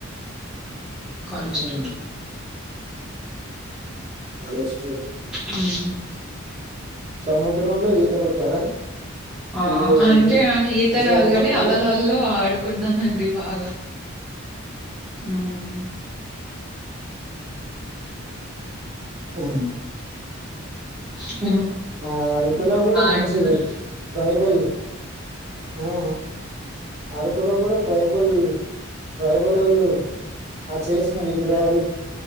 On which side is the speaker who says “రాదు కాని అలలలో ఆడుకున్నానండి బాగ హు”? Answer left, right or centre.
Centre